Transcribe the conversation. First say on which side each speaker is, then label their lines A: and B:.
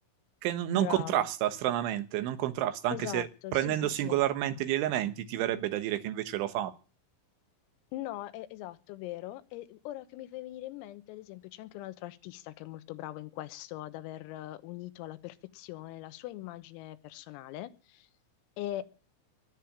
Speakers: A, on the right; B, on the left.
A: che non non
B: bravo.
A: contrasta, stranamente, non contrasta,
B: Esatto,
A: anche se prendendo
B: sì, sì, sì.
A: singolarmente gli elementi ti verrebbe da dire che invece lo fa.
B: No, è, esatto, vero. E ora che mi fai venire in mente, ad esempio, c'è anche un altro artista che è molto bravo in questo, ad aver eh, unito alla perfezione la sua immagine personale e